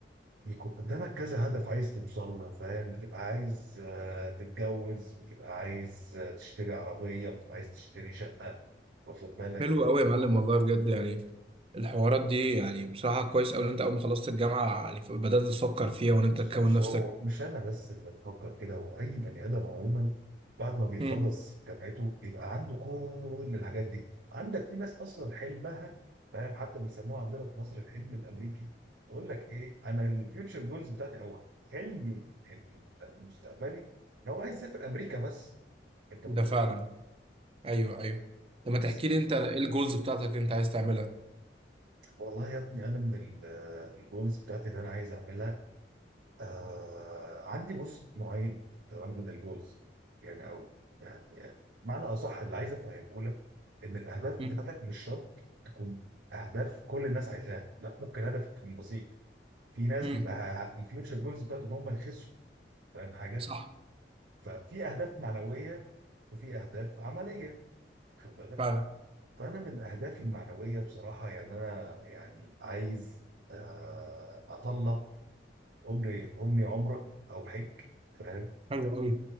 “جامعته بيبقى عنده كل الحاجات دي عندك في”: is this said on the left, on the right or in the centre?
Right